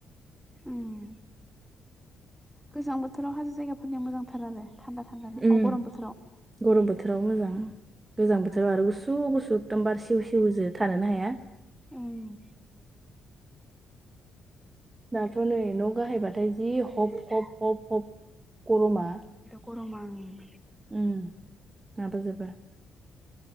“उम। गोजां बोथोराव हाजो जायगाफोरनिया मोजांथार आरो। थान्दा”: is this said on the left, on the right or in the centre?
Centre